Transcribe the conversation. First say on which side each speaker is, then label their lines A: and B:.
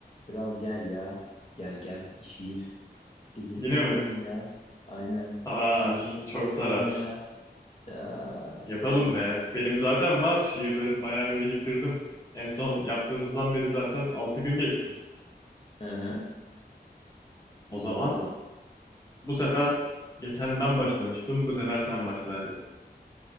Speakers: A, on the left; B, on the left.
A: Kral gel ya. Gel gel bir şiir gecesi
B: Yine
A: yapalım
B: mi?
A: ya. Aynen.
B: Sarar.
A: Bir şiir gecesi
B: Çok
A: yapalım
B: sarar.
A: ya. Aa,
B: Yapalım
A: gel bakalım.
B: be. Benim zaten var. Şiirlerim bayağı bir biriktirdim. En son yaptığımızdan beri zaten 6 gün geçti.
A: Hı hı. İyi
B: O zaman
A: bakalım.
B: bu sefer geçen ben başlamıştım. Bu sefer sen başla hadi.